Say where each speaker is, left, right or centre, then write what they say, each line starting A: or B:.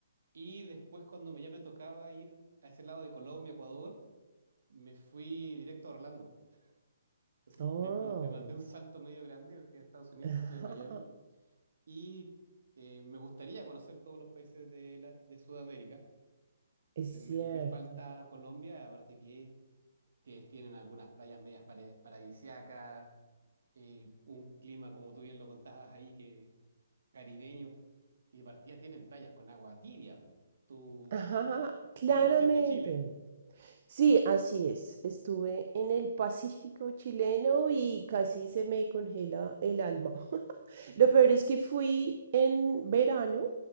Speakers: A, on the right; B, on the right.
A: Y después, cuando me, ya me tocaba ir a ese lado de Colombia, Ecuador, me fui directo a Orlando. Entonces
B: Oh.
A: me, me- me mandé un salto medio grande, fui a Estados Unidos,
B: <laughs>
A: después estuve en Miami y eh, me gustaría conocer todos los países de, la- de Sudamérica. Entonces
B: Es
A: me,
B: cierto.
A: me falta Colombia, aparte que ustedes tienen algunas playas medias pare- paradisíacas, eh, un clima como tú bien lo contabas ahí, que caribeño y de partida tienen playas con agua tibia. po. Tú,
B: Ajá, claramente.
A: tú conociste Chile
B: Sí, así es. Estuve en el Pacífico chileno y casi se me congela el alma. <laughs> Lo peor es que fui en verano